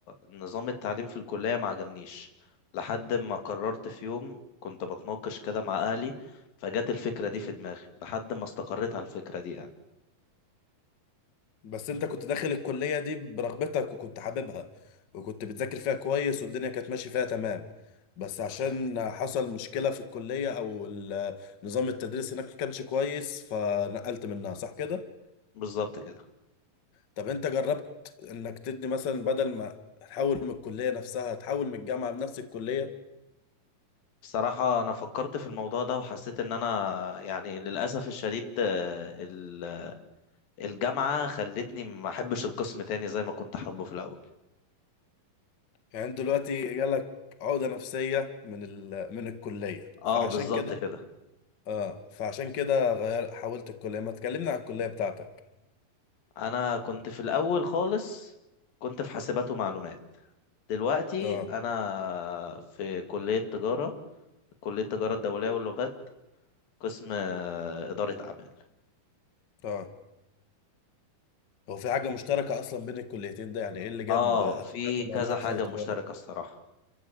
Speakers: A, on the left; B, on the left.
A: نظام التعليم في الكلية ما عجبنيش لحد ما قررت في يوم كنت بتناقش كده مع اهلي فجت الفكرة دي في دماغي لحد ما استقريت على الفكرة دي يعني
B: بس انت كنت داخل الكلية دي برغبتك وكنت حاببها وكنت بتذاكر فيها كويس والدنيا كانت ماشية فيها تمام بس عشان حصل مشكلة في الكلية او ال- نظام التدريس هناك ما كانش كويس فنقلت منها صح كده؟
A: بالظبط كده
B: طب انت جربت انك تدي مثلا بدل ما تحول من الكلية نفسها تحول من الجامعة لنفس الكلية
A: بصراحة أنا فكرت في الموضوع ده وحسيت إن أنا يعني للأسف الشديد آه، ال- الجامعة خلتني ما أحبش القسم تاني زي ما كنت حابه في الأول
B: يعني انت دلوقتي جالك عقدة نفسية من ال... من الكلية
A: أه
B: فعشان
A: بالظبط
B: كده
A: كده
B: اه فعشان كده غير حولت الكلية ما تكلمنا عن الكلية بتاعتك
A: أنا كنت في الأول خالص كنت في حاسبات ومعلومات دلوقتي
B: اه
A: أنا في كلية تجارة كلية تجارة الدولية واللغات قسم آه، إدارة أعمال
B: اه هو في حاجة مشتركة أصلا بين الكليتين ده يعني إيه اللي جاب
A: أه
B: حاسبات
A: في
B: ومعلومات
A: كذا حاجة
B: لتجارة؟
A: مشتركة الصراحة